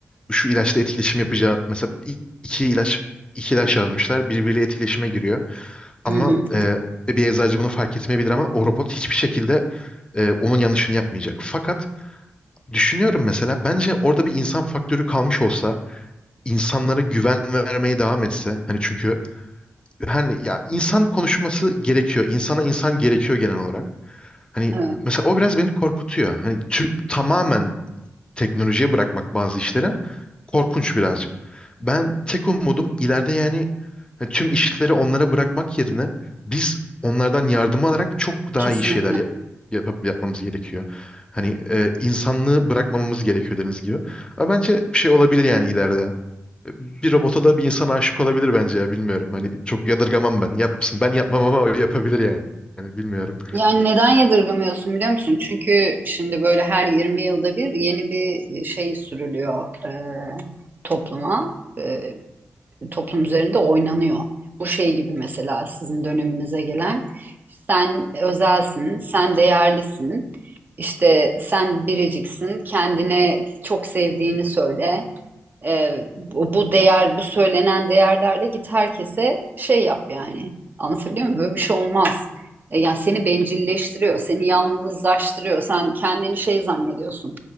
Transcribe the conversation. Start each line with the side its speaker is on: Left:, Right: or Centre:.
Left: şu ilaçla etkileşim yapacağı, mesela i- iki ilaç iki ilaç yazmışlar, birbiriyle etkileşime giriyor. Ama
Right: Hı hı.
Left: e, bir eczacı bunu fark etmeyebilir ama o robot hiçbir şekilde e, onun yanlışını yapmayacak. Fakat Düşünüyorum mesela bence orada bir insan faktörü kalmış olsa insanlara güven vermeye devam etse hani çünkü hani ya insan konuşması gerekiyor insana insan gerekiyor genel olarak hani
Right: Evet,
Left: mesela o biraz beni korkutuyor hani tü- tamamen teknolojiye bırakmak bazı işlere korkunç birazcık. Ben tek umudum ileride yani e, tüm işleri onlara bırakmak yerine biz onlardan yardım alarak çok daha
Right: kesinlikle.
Left: iyi şeyler yap yapıp- yapmamız gerekiyor. Hani e, insanlığı bırakmamamız gerekiyor dediğiniz gibi. Ama bence bir şey olabilir yani ileride. E, Bir robota da bir insan aşık olabilir bence ya bilmiyorum. Hani çok yadırgamam ben. Yapsın. Ben yapmam ama o yapabilir yani. Yani bilmiyorum.
Right: Yani neden yadırgamıyorsun biliyor musun? Çünkü şimdi böyle her 20 yılda bir yeni bir şey sürülüyor e, topluma. E, toplum üzerinde oynanıyor. Bu şey gibi mesela sizin döneminize gelen. Sen özelsin, sen değerlisin. İşte sen biriciksin, kendine çok sevdiğini söyle. Ee, bu, bu değer, bu söylenen değerlerle git herkese şey yap yani. Anlatabiliyor muyum? Böyle bir şey olmaz. Ee, yani seni bencilleştiriyor, seni yalnızlaştırıyor. Sen kendini şey zannediyorsun.